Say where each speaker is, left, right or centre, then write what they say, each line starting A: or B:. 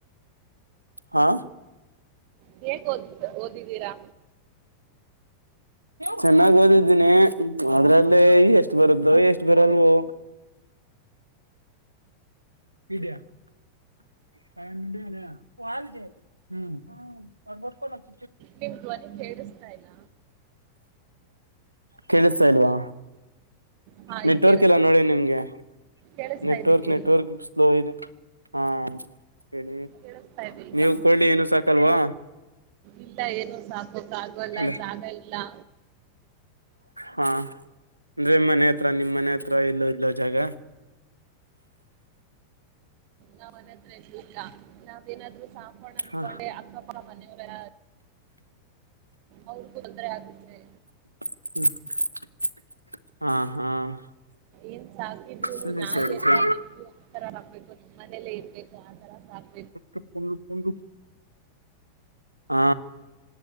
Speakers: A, on the right; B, on the right.
A: ಹಾ
B: ಹೇಗ್ ಓದ್ ಓದಿದ್ದೀರಾ
A: ಚೆನ್ನಾಗ್ ಓದಿದ್ದೀನಿ ಅದ್ರಲ್ಲೇ
B: ಆ,
A: ಎಷ್ಟು ಬರುದ್ದೋ ಎಷ್ಟು ಬರಲ್ವೊ <unintelligible> <unintelligible>
B: ನಿಮ್ ಧ್ವನಿ ಕೇಳ್ಸ್ತಾ ಇಲ್ಲ
A: ಕೇಳಿಸ್ತಾ ಇಲ್ವಾ
B: ಹಾ
A: ನೆಟ್ವರ್ಕ್
B: ಈಗ ಕೇಳಿಸ್ತಾ
A: ಎಲ್ಲಾ ನೋಡಿ
B: ಇದೆ
A: ನಿಮ್ಗೆ
B: ಕೇಳಿಸ್ತಾ
A: ನೆಟ್ವರ್ಕ್
B: ಇದೆ ಹೇಳಿ
A: ನೆಟ್ವರ್ಕ್ ಸ್ಲೋ ಇದೇ ಹಾ. ಹೇಳಿ
B: ಕೇಳಸ್ತಾ ಇದೇ ಈಗ,
A: ನೀವು ಕೊಳ್ಳಿ ಏನು ಸಾಕಲ್ವಾ
B: ಇಲ್ಲಾ ಏನು ಸಾಕೋಕ ಆಗಲ್ಲ
A: ಅಲ್ಲ
B: ಜಾಗ ಇಲ್ಲಾ.
A: ಹಾ ಅಂದ್ರೆ ಮನೆ
B: ಆ,
A: ಹತ್ರ ನಿಮ್ ಮನೆ ಹತ್ರ ಎಲ್ಲೂ ಇಲ್ಲ ಜಾಗ
B: ನಮ್ ಮನೆ ಅಂತ್ರ ಏನು ಇಲ್ಲ ನಾವೇನಾದ್ರೂ ಸಾಕ್ ಹಕೊಂಡ ಅಂನ್ಕೊಂಡೆ
A: ಹ
B: ಅಕ್ಕಪರ ಮನೆ ಅವರ್ ಯಾರ್ ಅವ್ರಿಗೂ ತೊಂದರೆ ಆಗುತ್ತೆ
A: ಹ್ಮ ಹಾ ಹಾ
B: ಏನ್ ಸಾಕಿದ್ರುನು
A: ಸರಿ
B: ನಾಯಿ
A: ಸರಿ
B: ಅಥ್ವಾ
A: ಸರಿ
B: ಬೇಕು ತರ ಹಕ್ಬೇಕು ನಮ್ಮ ಮನೇಲ್ಲೇ ಇರ್ಬೇಕು ಆ ತರ ಸಾಕ್
A: <unintelligible> ಹಾ